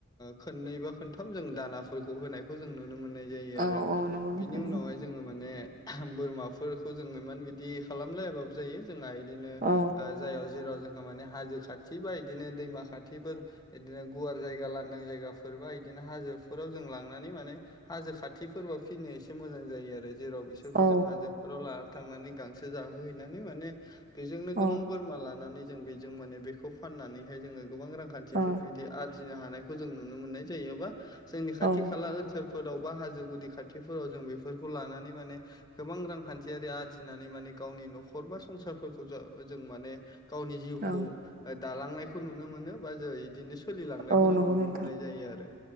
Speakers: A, on the left; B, on the right.
A: खननै बा खनथाम जों दानाफोरखौ होनायखौ जों नुनो मोननाय जायो
B: औ
A: आरो
B: औ नंगौ नोंथां
A: बिनि
B: नंगौ
A: उनावहाय जोङो माने बोरमाफोरखौ जोंङो इमान बिदि खालामलायाबाबो जायो जोंहा इदिनो
B: औ
A: ओ जाय जेराव जोंहा माने हाजो खाथि बा इदिनो दैमा खाथिफोर बिदिनो गुवार जायगा लांदां जायगाफोरबा बिदिनो हाजोफोराव जों लांनानै माने हाजो खाथिफोरबो फिनो एसे मोजां जायो आरो जेराव बिसोरखौ
B: औ
A: जों हाजोफोराव लानानै थांनानै गांसो जाहोहैनानै माने बेजोंनो
B: औ
A: गोबां बोरमा लानानै जों बेजों माने बेखौ फाननानैहाय जोङो गोबां रांखान्थिफोर
B: औ
A: इदि आरजिनो हानायखौ जों नुनो मोननाय जायो बा जोंनि खाथि
B: औ
A: खाला ओनसोलफोराव बा हाजो गुदि खाथिफोराव जों बेफोरखौ लानानै माने गोबां रांखान्थियारि आरजिनानै माने गावनि न'खर बा संसारफोरखौ जा जों माने गावनि जिउखौ
B: औ
A: ओ दालांनायखौ नुनो मोनो बा जो इदिनो सोलिलांनायखौ
B: औ
A: जों
B: नंगौ
A: नुनो
B: नोंथां
A: मोननाय जायो आरो।